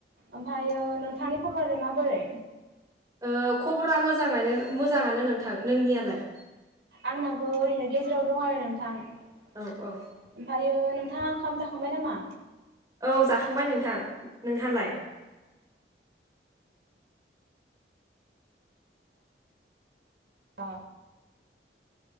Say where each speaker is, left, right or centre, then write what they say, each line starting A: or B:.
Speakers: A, on the right; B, on the right.
A: ओमफ्रायायो नोंथांनि खब'आलाय माबोरै?
B: ओ खबरा मोजाङानो मोजाङानो नोंथां नोंनियालाय?
A: आंनाबो ओरैनो गेजेराव दं आरो नोंथां ओमफ्रायो
B: औ औ
A: नों थां आ ओंखाम जाखांबाय नामा?
B: औ जाखांबाय नोंथां नोंहालाय?
A: अ